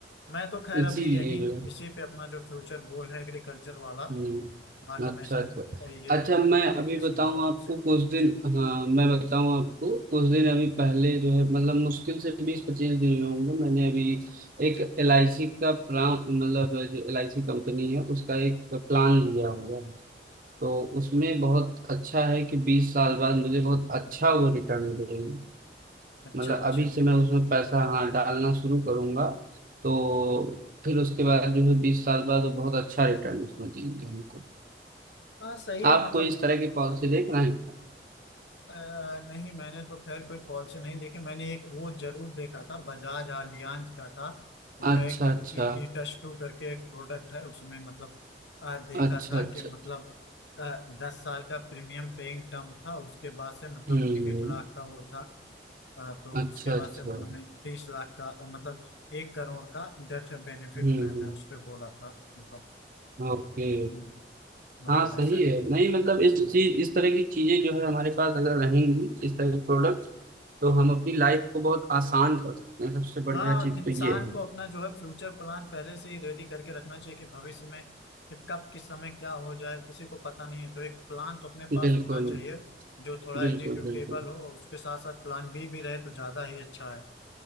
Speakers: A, on the left; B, on the right.
A: मैं तो खैर
B: इसीलिए
A: अभी यही
B: जो है
A: इसी पे अपना जो फ्यूचर गोल है एग्रीकल्चर वाला
B: हम्म
A: ऑटोमेशन
B: अच्छा अच्छा
A: ये
B: अच्छा
A: इरिगेशन
B: मैं अभी बताऊं
A: वाला
B: आपको
A: उसी
B: कुछ
A: पर
B: दिन
A: जी
B: हाँ मैं बताऊं आपको कुछ दिन अभी पहले जो है मतलब मुश्किल से बीस पच्चीस दिन में होंगे मैंने अभी एक एल आई सी का प्लान मतलब जो एल आई सी कंपनी है उसका एक प्लान लिया हुआ है तो उसमें बहुत अच्छा है कि बीस साल बाद मुझे बहुत अच्छा वो रिटर्न मिलेगा
A: अच्छा
B: मतलब
A: अच्छा
B: अभी से मैं उसमें पैसा हाँ डालना शुरू करूंगा तो फिर उसके बाद जो है बीस साल बाद वो बहुत अच्छा रिटर्न उसमें देंगे हमको
A: हाँ सही है
B: आप
A: मतलब
B: कोई इस तरह की पॉलिसी देख रहे हैं क्या
A: अ, नहीं मैंने तो खैर कोई पॉलिसी नहीं देखी मैंने एक वो जरूर देखा था बजाज आलियांज का था उनका
B: अच्छा
A: एक
B: अच्छा
A: ईटस टू करके एक प्रोडक्ट है उसमें मतलब अ, देखा
B: अच्छा
A: था
B: अच्छा
A: कि मतलब आ, दस साल का प्रीमियम पेइंग टर्म था उसके बाद से मतलब
B: हम्म
A: एक एक लाख का वो था अ, तो
B: अच्छा
A: उसके
B: अच्छा
A: बाद से उन्होंने तीस लाख का अ, मतलब एक करोड़ का डेथ बेनिफिट
B: हम्म
A: उन्होंने उस पर बोला था मतलब
B: ओके
A: हम्म, मतलब
B: हाँ सही
A: ऐसे
B: है नहीं मतलब
A: हम्म,
B: इस चीज इस तरह की चीजें जो है हमारे पास अगर रहेंगी इस तरह के प्रोडक्ट तो
A: हम्म,
B: हम अपनी लाइफ को बहुत आसान कर सकते हैं सबसे बढ़िया
A: हाँ
B: चीज
A: इंसान
B: तो ये है
A: को अपना जो है फ्यूचर प्लान पहले से ही रेडी करके रखना चाहिए कि भविष्य में कि कब किस समय क्या हो जाए किसी को पता नहीं है तो एक प्लान तो अपने पास
B: बिल्कुल
A: होना चाहिए जो थोड़ा
B: बिल्कुल
A: एग्जीक्यूटेबल
B: बिल्कुल
A: हो और उसके साथ साथ प्लान बी भी रहे तो ज्यादा ही अच्छा है